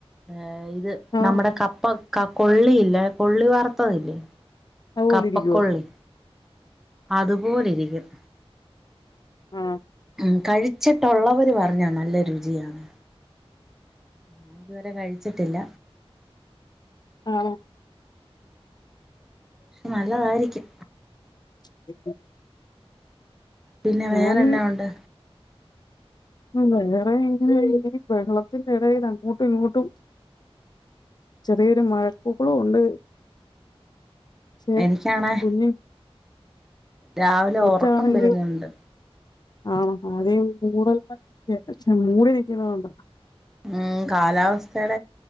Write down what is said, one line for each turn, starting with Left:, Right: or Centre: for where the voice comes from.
Centre: ഏഹ് ഇത്
Left: ആഹ്
Centre: നമ്മടെ കപ്പ ക കൊള്ളിയില്ലേ കൊള്ളി വറുത്തതില്ലേ
Left: അതുപോലെ
Centre: കപ്പക്കൊള്ളി
Left: ഇരിക്കുവോ
Centre: അതു പോലിരിക്കും
Left: ആഹ്
Centre: ഉം കഴിച്ചിട്ടൊള്ളവര് പറഞ്ഞാ നല്ല രുചിയാണ് ഞാൻ ഇതുവരെ കഴിച്ചിട്ടില്ല
Left: ആണോ
Centre: നല്ലതാരിക്കും
Left: <unintelligible>
Centre: പിന്നെ വേറെഞ്ഞാ
Left: ഞാൻ
Centre: ഒണ്ട്
Left: ഉം വേറെ ഇങ്ങനെ ഈ ബെഹളത്തിന്റെ എടയിൽ അങ്ങോട്ടും ഇങ്ങോട്ടും ചെറിയൊരു മഴക്കൊളും ഒണ്ട് ക്ഷേ
Centre: എനിക്കാണേ
Left: കുഞ്ഞ്
Centre: രാവിലെ
Left: കൊച്ചാണെങ്കി
Centre: ഉറക്കം വരുന്നുണ്ട്
Left: ആണോ ആദ്യേ മൂടൽ <unintelligible> മൂടി നിക്കുന്നത് കൊണ്ടാ
Centre: ഉം കാലാവസ്ഥേട